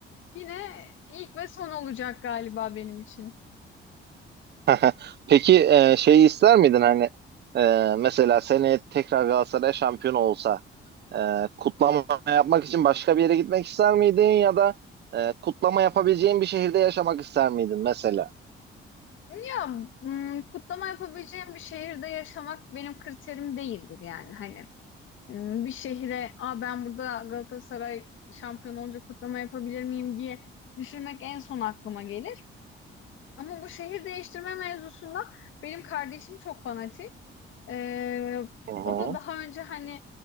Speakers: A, on the left (about 65°); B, on the right (about 50°).
A: Yine ilk ve son olacak galiba benim için.
B: <laughs> Peki e, şeyi ister miydin hani e, mesela seneye tekrar Galatasaray şampiyon olsa e, kutlama yapmak için başka bir yere gitmek ister miydin ya da e, kutlama yapabileceğin bir şehirde yaşamak ister miydin mesela?
A: Ya hmm, kutlama yapabileceğim bir şehirde yaşamak benim kriterim değildir yani hani. Hmm, bir şehre Aa, ben burada Galatasaray şampiyon olunca kutlama yapabilir miyim diye düşünmek en son aklıma gelir. Ama bu şehir değiştirme mevzusunda benim kardeşim çok fanatik. Ee,
B: Hı hı.
A: o da daha
B: <laughs>
A: önce hani